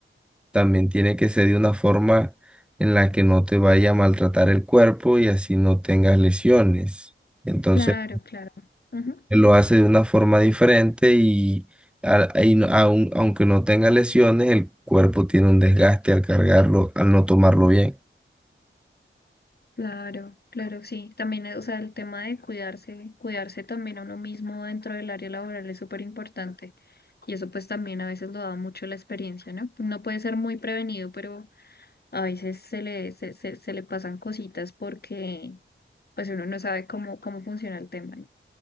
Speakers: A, in the centre; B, on the left (about 50°).
A: también tiene que ser de una forma en la que no te vaya a maltratar el cuerpo y así no tengas lesiones. Entonces,
B: Claro, claro. Ujú.
A: él lo hace de una forma diferente y, a- y no- aun- aunque no tenga lesiones, el cuerpo tiene un desgaste al cargarlo, al no tomarlo bien.
B: Claro, claro, sí. También, eh, o sea, el tema de cuidarse, cuidarse también a uno mismo dentro del área laboral es súper importante. Y eso pues también a veces lo da mucho la experiencia, ¿no? No puede ser muy prevenido, pero a veces se le, se, se, se le pasan cositas porque pues uno no sabe cómo, cómo funciona el tema, ¿no?